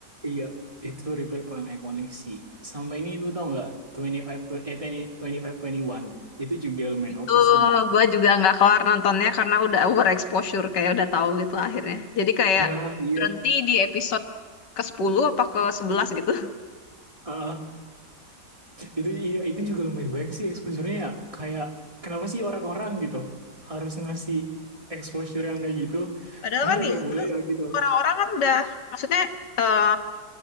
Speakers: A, on the right; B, on the left.
A: Iya. Itu replay paling ikonik sih. Sama ini lu tau nggak? 25, eh, 20 25, 21. Itu juga lumayan
B: Itu
A: oke sih menurutku.
B: gue juga nggak kelar nontonnya karena udah overexposure kayak udah tahu gitu akhirnya. Jadi kayak
A: Nah, iya.
B: berhenti di episode ke 10 apa ke 11 gitu.
A: Ah, itu iya itu juga lumayan banyak sih exposure-nya ya. kayak kenapa sih orang-orang gitu harus ngasih exposure yang kayak gitu
B: <laughs> Padahal
A: karena
B: kan
A: kan nggak
B: ya,
A: boleh ya gitu
B: padahal orang-orang kan udah, maksudnya eh,